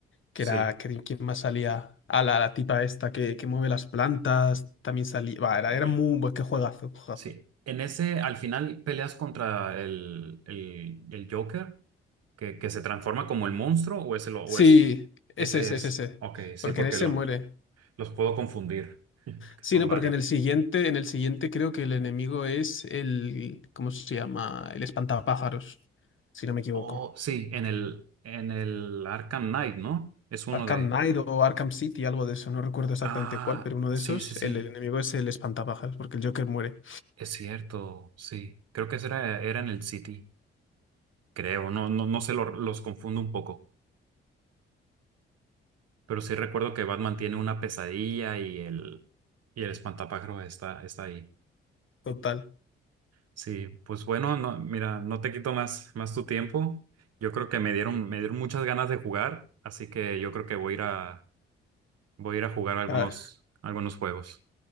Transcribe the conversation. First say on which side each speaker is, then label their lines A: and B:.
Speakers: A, on the left; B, on the right.
A: que
B: sí.
A: era que, quién más salía a la, la tipa esta que, que mueve las plantas, también salía, va, era,
B: Y-
A: era muy buen, qué juegazo, juegazo.
B: Sí, en ese al final peleas contra el, el, el Joker que, que se transforma como el monstruo o ese, lo,
A: Sí,
B: o es,
A: ese,
B: ese
A: ese,
B: es.
A: ese, ese,
B: Ok, sí,
A: porque
B: porque
A: en ese
B: los,
A: muere.
B: los puedo confundir, porque
A: Sí,
B: son
A: no,
B: varios.
A: porque en el siguiente, en el siguiente creo que el enemigo es el, ¿cómo se llama? El espantapájaros, si no me equivoco.
B: Oh, sí, en el, en el Arkham Knight, ¿no? Es uno
A: Arkham
B: de...
A: Knight o Arkham City, algo de eso, no recuerdo exactamente
B: Ah,
A: cuál, pero uno de
B: sí,
A: esos,
B: sí, sí,
A: el, el enemigo es el espantapájaros, porque el Joker muere.
B: es cierto, sí. Creo que ese era, era en el City, creo, no, no, no sé, lo- los confundo un poco, pero sí recuerdo que Batman tiene una pesadilla y el, y el espantapájaros está, está ahí.
A: Total.
B: Sí, pues bueno, no, mira, no te quito más, más tu tiempo. Yo creo que me dieron, me dieron muchas ganas de jugar, así que yo creo que voy a ir a, voy a ir a jugar algunos,
A: Ah,
B: algunos juegos.